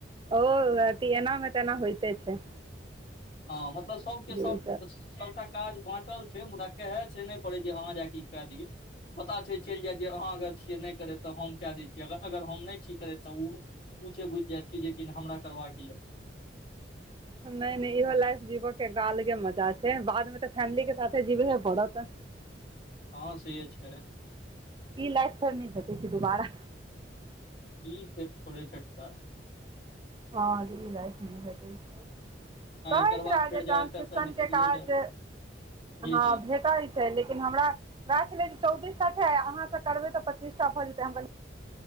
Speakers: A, on the right (about 25°); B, on the left (about 60°).
A: ओ अथि एना मे त एना होइते छै।
B: हँ मतलब सबके
A: जे
B: सब
A: ई
B: -सब सबटा काज बाँटल छै, मुदा कहै छै, नै पड़ै जे अहाँ जाक ई कए दियौ। पता छै, चइल जायत जे अहाँ अगर छियै नइ करै तऽ हम कए दै छीयैग अगर हम नइ - छि करे तऽ ऊँ ओछ बुझि जायत जेक हमरा करबाक यऽ
A: नै - नै इहो लाइफ जीबो के एक अलगे मजा छै, बाद मे तऽ फैमिली के साथे जीबहे पड़त।
B: हँ से छै
A: ई लाइफ फेर नहि भेटै छै दुबारा
B: ई फेर थोड़े भेटतै -
A: हँ इलाइफ नइ भेटे छय।
B: है
A: कहैत
B: एकर बाद
A: रहए
B: फेर
A: जे ट्रांसक्रिप्शन
B: जाउ एतऽ से निकलियो
A: के काज
B: जायब जी
A: हँ
B: जी
A: भेटई छय लेकिन हमरा राख नै चौबीसटा छय अहाँ के करबै तऽ पच्चीसटा भऽ जेतै हम गं